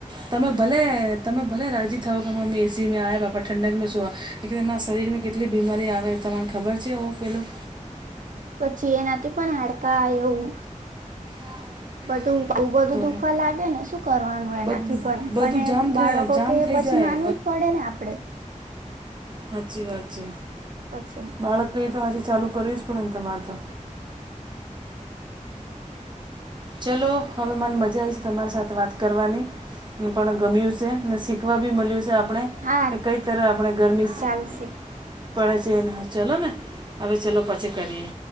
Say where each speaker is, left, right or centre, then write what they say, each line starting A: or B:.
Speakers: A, on the right; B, on the right.
A: તમે ભલે, તમે ભલે રાજી થાવ કે મમ્મી એ સીમાં આ બાપા ઠંડક મે સુ આ કે એના શરીરમાં કેટલી બીમારી આવે તમન ખબર છે એવું પેલું?
B: પછી એનાથી પણ હાડકા એવું
A: <unintelligible>
B: બટ બું બધું
A: તો
B: દુખવા લાગે ને શું કરવાનું એનાથી
A: બધું
B: પણ
A: બધું
B: પણ
A: જામ
B: એ
A: થ
B: બાળકો
A: જામ
B: કે
A: થઈ
B: પછી
A: જાય
B: માનવું જ પડે ને આપડે?
A: હાચી વાત છે.
B: પછી.
A: બાળકએ તો આજે ચાલુ કરવી જ પડે ને તમારે તો? ચલો હવે મને મજા આઈ છે તમારી સાથે વાત કરવાની. મને પણ ગમ્યું છે, ને શીખવા બી મળ્યું છે આપણે.
B: હા
A: કે કઈ તર આપણે ગરમી સી
B: ચાલશે
A: પડે છે એ હ ચલો ને, હવે ચલો પછી કરીએ.